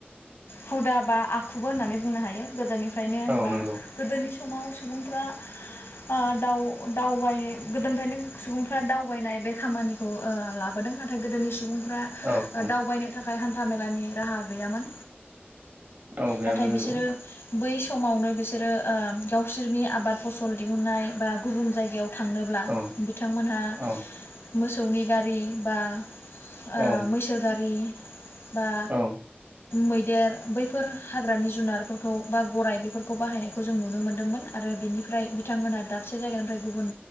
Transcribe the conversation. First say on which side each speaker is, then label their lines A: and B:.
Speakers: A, on the left; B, on the right.
A: हुदा बा आखुबो होननानै बुंनो हायो गोदोनि फ्रायनो
B: औ
A: बा
B: नंगौ
A: गोदोनि समाव सुबुंफ्रा ओ दाउ अ दावबायै गोदोनिफ्रायनो सुबुंफ्रा दावबायनाय बे खामानिखौ ओ लाबोदों नाथाय गोदोनि सुबुं फ्रा
B: औ
A: ओ
B: औ
A: दावबायनो थाखा खाय हान्थामेलानि राहा गैयामोन।
B: औ गैयामोन
A: नाथाय बिसोरो
B: नंगौ।
A: बै समावनो बिसोरो ओ गावसोरनि आबाद फसल दिहुननाय बा गुबुन जायगायाव थांनोब्ला
B: औ
A: बिथांमोनहा
B: औ
A: मोसौ नि गारि बा ओ
B: औ
A: मैसो गारि बा
B: औ
A: मैदेर बैफोर हाग्रानि जुनारफोरखौ बा गराइ बेफोरखौ बाहायनायखौ जों नुनो मोनदोंमोन आरो बेनिफ्राय बिथांमोनहा दा से जायगानिफ्राय गुबुन